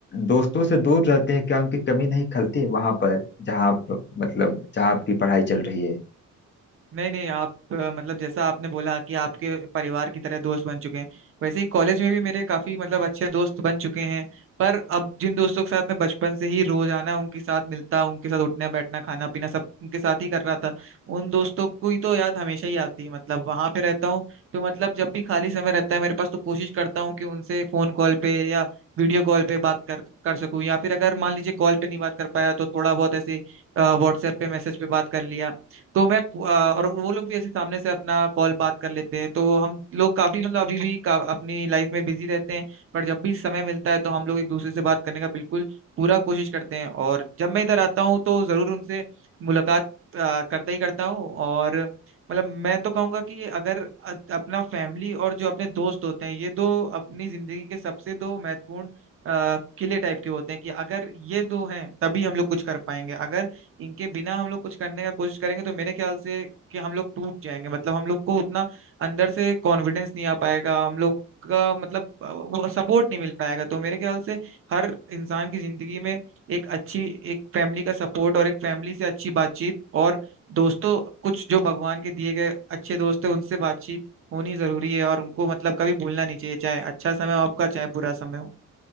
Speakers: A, on the left; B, on the right.
A: दोस्तों से दूर रहते हैं क्या उनकी कमी नहीं खलती वहां पर जहाँ आप मतलब जहाँ आपकी पढ़ाई चल रही है
B: नहीं नहीं आप अ, मतलब जैसा आपने बोला कि आपके परिवार की तरह दोस्त बन चुके हैं वैसे ही कॉलेज में भी मेरे काफी मतलब अच्छे दोस्त बन चुके हैं पर अब जिन दोस्तों के साथ मैं बचपन से ही रोजाना उनके साथ मिलता उनके साथ उठना बैठना खाना पीना सब उनके साथ ही कर रहा था उन दोस्तों को ही तो याद हमेशा ही आती है मतलब वहां पे रहता हूँ तो मतलब जब भी खाली समय रहता है मेरे पास तो कोशिश करता हूँ कि उनसे फोन कॉल पे या वीडियो कॉल पे बात कर कर सकूं या फिर अगर मान लीजिए कॉल पे नहीं बात कर पाया तो थोड़ा बहुत ऐसे व्हाट्सएप पे मैसेज पे बात कर लिया तो मैं अ, और वो लोग भी ऐसे सामने से अपना कॉल बात कर लेते हैं तो हम लोग काफी मतलब अभी भी का, अपनी लाइफ में बिजी रहते हैं पर जब भी समय मिलता है तो हम लोग एक दूसरे से बात करने का बिल्कुल पूरा कोशिश करते हैं और जब मैं इधर आता हूँ तो जरूर उनसे मुलाकात अ, करता ही करता हूँ और मतलब मैं तो कहूंगा कि अगर अ- अपना फैमिली और जो अपने दोस्त होते हैं ये दो अपनी जिंदगी के सबसे दो महत्वपूर्ण अ, किले टाइप के होते हैं कि अगर ये दो हैं तभी हम लोग कुछ कर पाएंगे अगर इनके बिना हम लोग कुछ करने का कोशिश करेंगे तो मेरे ख्याल से कि हम लोग टूट जाएंगे मतलब हम लोग को उतना अंदर से कॉन्फिडेंस नहीं आ पाएगा हम लोग का मतलब अ, वो सपोर्ट नहीं मिल पाएगा तो मेरे ख्याल से हर इंसान की जिंदगी में एक अच्छी एक फैमिली का सपोर्ट और एक फैमिली से अच्छी बातचीत और दोस्तों कुछ जो भगवान के दिए गए अच्छे दोस्त है उनसे बातचीत होनी जरूरी है और उनको मतलब कभी भूलना नहीं चाहिए चाहे अच्छा समय हो आपका चाहे बुरा समय हो